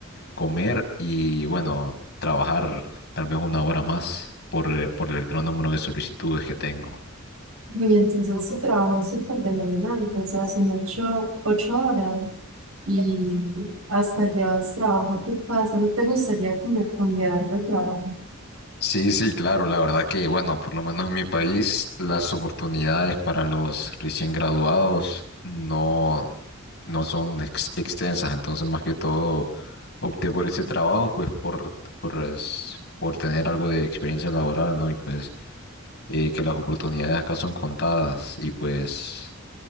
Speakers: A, on the left; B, on the right.
A: comer y, bueno, trabajar tal vez una hora más por, eh, por el gran número de solicitudes que tengo.
B: Y entonces su trabajo es súper demandante, o sea, son ocho, ocho horas y hasta llevas trabajo a tu casa. ¿No te gustaría como cambiar de trabajo?
A: Sí, sí, claro, la verdad que, bueno, por lo menos en mi país, las oportunidades para los recién graduados no, no son ex- extensas, entonces más que todo opté por ese trabajo, pues por, por, es- por tener algo de experiencia laboral, ¿no? Y pues eh, que las oportunidades acá son contadas y pues